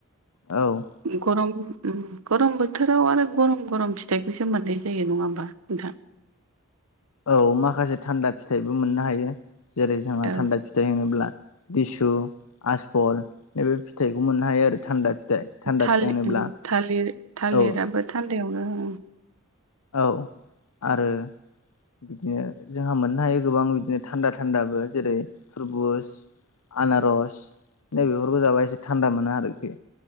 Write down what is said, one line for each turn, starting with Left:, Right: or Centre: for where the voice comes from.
Left: औ-
Right: गरम उम गरम बोथोराव आरो गरम गरम फिथाइखौसो मोननाय जायो नङा होमबा नोंथां
Left: औ- माखासे थान्दा फिथाइबो मोननो हायो जेरै जोंहा
Right: औ
Left: थान्दा फिथाइ होनोब्ला लिसु आसफल नैबे फिथाइखौ मोननो हायो आरो थान्दा फिथाइ थान्दा
Right: थालिर
Left: फिथाइ होनोब्ला
Right: थालिर- थालिराबो
Left: औ
Right: थान्दायावनो उम
Left: औ- आरो बिदिनो जोंहा मोननो हायो गोबां बिदिनो थान्दा थान्दाबो जेरै थुरबुस आनारस नै बेफोरखौ जाबा एसे थान्दा मोनो आरोखि